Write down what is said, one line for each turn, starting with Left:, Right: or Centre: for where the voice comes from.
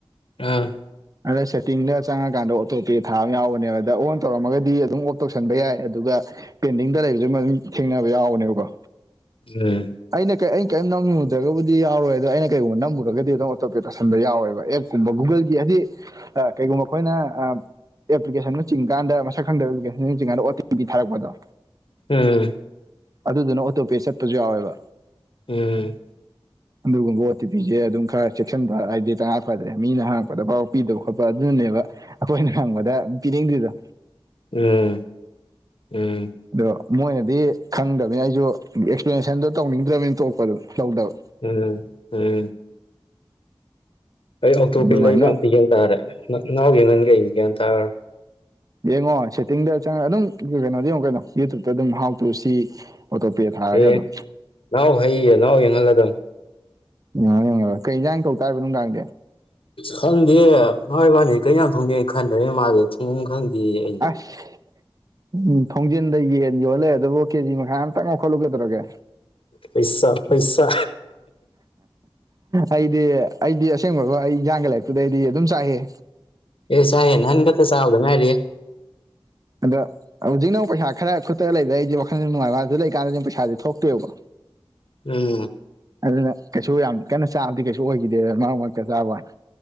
Left: ꯑꯥ
Right: ꯑꯗ ꯁꯦꯠꯇꯤꯡꯗ ꯆꯪꯉꯀꯥꯟꯗ ꯑꯣꯇꯣ ꯄꯦ ꯊꯥ ꯑꯃ ꯌꯥꯎꯕꯅꯦꯕ ꯑꯗ ꯑꯣꯟ ꯇꯧꯔꯝꯃꯒꯗꯤ ꯑꯗꯨꯝ ꯑꯣꯞ ꯇꯧꯁꯟꯕ ꯌꯥꯏ ꯑꯗꯨꯒ ꯄꯦꯟꯇꯤꯡꯗ ꯂꯩꯕꯁꯨ ꯃ ꯑꯗꯨꯝ ꯊꯦꯡꯅꯕ ꯌꯥꯎꯕꯅꯦꯕꯀꯣ
Left: ꯎꯝ
Right: ꯑꯩꯅ ꯀꯩ ꯑꯩꯅ ꯀꯔꯤꯝ ꯅꯝꯃꯨꯗ꯭ꯔꯒꯕꯨꯗꯤꯎꯔꯣꯏ ꯑꯗ ꯑꯩꯅ ꯀꯩꯒꯨꯝꯕ ꯅꯝꯃꯨꯔꯒꯗꯤ ꯑꯗꯨꯝ ꯑꯣꯇꯣꯄꯦ ꯇꯧꯟ ꯌꯥꯎꯋꯦꯕ ꯑꯦꯞꯀꯨꯝ ꯒꯜ ꯍꯥꯏꯗꯤ ꯀꯩꯒꯨꯝꯕ ꯑꯩꯈꯣꯏꯅ ꯑꯦꯄ꯭ꯂꯤꯀꯦꯁꯟ ꯂꯆꯤꯡꯀꯥꯟꯗ ꯃꯁꯛ ꯈꯪꯗꯕ ꯑꯦꯄ꯭ꯂꯤꯀꯦꯁꯟꯤꯡꯀꯥꯟꯗ ꯑꯣ ꯇꯤ ꯄꯤ ꯊꯥꯔꯛꯄꯗꯣ
Left: ꯎꯝ
Right: ꯑꯗꯨꯗꯨꯅ ꯑꯣꯇꯣꯄꯦ ꯆꯠꯄꯁꯨ ꯌꯥꯎꯋꯦꯕ
Left: ꯎꯝ
Right: ꯑꯗꯨꯒꯨꯝꯕ ꯑꯣ ꯇꯤ ꯄꯤꯤꯁꯦ ꯑꯗꯨꯝ ꯈꯔ ꯆꯦꯛꯁꯤꯟꯕ ꯍꯥꯏꯗꯤ ꯇꯉꯥ ꯐꯗ꯭ꯔꯦ ꯃꯤꯅ ꯍꯪꯉꯛꯄꯗ ꯄꯥꯎ ꯄꯤꯗꯕ ꯈꯣꯠꯄ ꯑꯗꯨ ꯅꯦꯕ ꯑꯩꯈꯣꯏꯅ ꯍꯪꯕꯗ ꯄꯤꯔꯦꯡꯗ꯭ꯔꯤꯗꯣ
Left: ꯎꯝ ꯎꯝ
Right: ꯑꯗꯣ ꯃꯣꯏꯅꯗꯤ ꯈꯪꯗꯕꯅꯤ ꯑꯩꯁꯨ ꯑꯦꯛꯁꯄ꯭ꯂꯦꯅꯦꯁꯟꯗꯣ ꯇꯧꯅꯤꯡꯗ꯭ꯔꯕꯅꯤꯅ ꯇꯣꯛꯄꯗꯨ ꯇꯧꯗꯕ
Left: ꯎꯝ ꯎꯝ ꯑꯩ ꯑꯣꯇꯣ
Right: ꯑꯗꯨꯃꯥꯏꯅ
Left: ꯄꯦ ꯂꯩꯕꯥ ꯑꯝꯇ ꯌꯦꯡꯟ ꯇꯥꯔꯦ ꯅꯅꯥꯍꯎ ꯌꯦꯡꯍꯟꯒꯦ ꯑꯩ ꯭ꯌꯥꯟ ꯇꯥꯔꯣ
Right: ꯌꯦꯡꯉꯣ ꯁꯦꯠꯇꯤꯡꯗ ꯆꯪꯉ ꯑꯗꯨꯝ ꯀꯩꯅꯣꯗꯤ ꯌꯦꯡꯨꯛ ꯀꯩꯅꯣ ꯌꯨꯇꯌꯨꯕꯇ ꯑꯗꯨꯝ ꯍꯥꯎ ꯇꯨ ꯁꯤ ꯑꯣꯇꯣꯄꯦ ꯊꯥꯔꯒ
Left: ꯑꯦ
Right: ꯑꯗꯨꯝ
Left: ꯅꯅꯥꯎ ꯍꯩꯌꯦ ꯅꯅꯥꯎ ꯌꯦꯡꯍꯜꯂꯗ
Right: ꯎꯉ ꯀꯩꯟꯥꯡ ꯀꯧ ꯇꯥ ꯍꯥꯏꯕ ꯅꯨꯡꯗꯥꯡ
Left: ꯈꯪꯗꯦ ꯅ ꯏꯕꯥꯅꯤ ꯀꯩꯅ ꯌꯥꯝ ꯊꯣꯡꯗꯦꯅ ꯈꯟꯗꯔꯦ ꯃꯥꯁ ꯊꯣꯡ ꯈꯪꯗꯦ ꯍ ꯑꯩꯖ
Right: ꯑꯁ ꯎꯝ ꯊꯣꯡꯖꯤꯟꯗ ꯌꯦꯟ ꯌꯣꯜꯂꯦ ꯑꯗꯨꯕꯨ ꯀꯦꯖꯤ ꯃꯈꯥ ꯑꯝꯇꯪ ꯑꯃꯈꯠꯂꯨꯒꯗꯧꯒꯦ
Left: ꯄꯩꯁꯥ ꯄꯩꯁꯥ
Right: ꯑꯩꯗꯤ ꯑꯩꯗꯤ ꯑꯁꯦꯡꯕꯒ ꯑꯩ ꯏꯟꯖꯥꯡꯒꯤ ꯂꯥꯏꯔꯤꯛꯇꯨꯗꯩ ꯑꯩꯗꯤ ꯑꯗꯨꯝ ꯆꯥꯏꯑ
Left: ꯑꯦ ꯆꯥꯏꯦ ꯅꯟꯒꯇ ꯆꯥꯎꯗ ꯃꯥꯔꯤꯌꯦꯦ
Right: ꯑꯗꯣ ꯍꯧꯖꯤꯛꯅꯧ ꯄꯩꯁꯥ ꯈꯔ ꯈꯨꯠꯇ ꯂꯩꯕ ꯑꯩꯁꯦ ꯋꯥꯈꯜꯗ ꯅꯨꯡꯉꯥꯏꯕꯁꯨ ꯂꯩꯀꯥꯟꯗꯗꯤ ꯄꯩꯁꯥꯗꯤ ꯊꯣꯛꯇꯣꯏꯕ
Left: ꯎꯝ
Right: ꯑꯗꯨꯅ ꯀꯩꯁꯨ ꯌꯥꯝ ꯀꯟꯅ ꯆꯥꯕꯗꯤ ꯀꯩꯁꯨ ꯑꯣꯏꯈꯤꯗꯦ ꯃꯔꯛ ꯃꯔꯛꯇ ꯆꯥꯕ